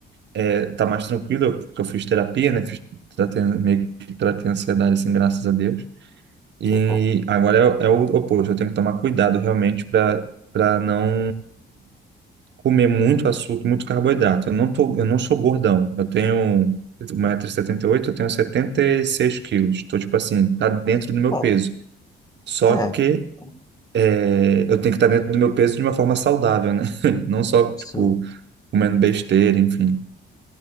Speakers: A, on the right (about 65°); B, on the left (about 20°).
A: é, tá mais tranquilo, eu- porque eu fiz terapia, né? Fiz, tratei, meio que tratei a ansiedade, assim, graças a Deus. E
B: Que bom.
A: agora é, o- é o oposto, eu tenho que tomar cuidado realmente para para não comer muito açúcar, muito carboidrato. Eu não tô, eu não sou gordão, eu tenho um metro e setenta e oito eu tenho 76 quilos. Estou, tipo assim, tá dentro do meu
B: Ah,
A: peso. Só
B: é,
A: que
B: Então,
A: é, eu tenho que estar dentro do meu peso de uma forma saudável, né? <laughs> Não só,
B: sim,
A: tipo, comendo besteira, enfim.